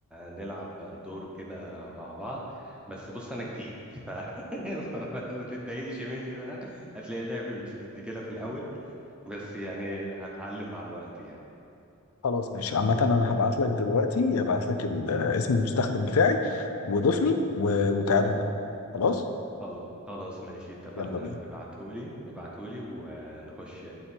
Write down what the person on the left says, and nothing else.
خلاص ماشي عامة انا هبعت لك دلوقتي هبعت لك ال- آه، اسم المستخدم بتاعي وضيفني و- وتعالى نلعب خلاص
يلا بينا